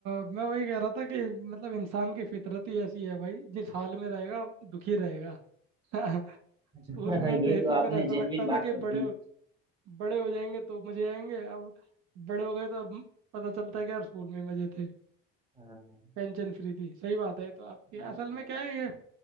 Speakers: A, on the right (about 65°); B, on the right (about 15°).
A: मैं वही कह रहा था कि मतलब इंसान की फितरत ही ऐसी है भाई जिस हाल में रहेगा दुखी रहेगा <laughs>
B: <laughs>
A: स्कूल में
B: ये
A: थे तो
B: तो आपने
A: फिर ऐसा
B: जेन्युइन
A: लगता
B: बात
A: था कि
B: कर दी
A: बड़े हो- बड़े हो जाएंगे तो मजे आएंगे अब बड़े हो गए तो अब पता चलता है कि यार स्कूल में मजे थे
B: हाँ
A: टेंशन फ्री थी सही बात है तो आपकी
B: हाँ
A: असल में क्या है ये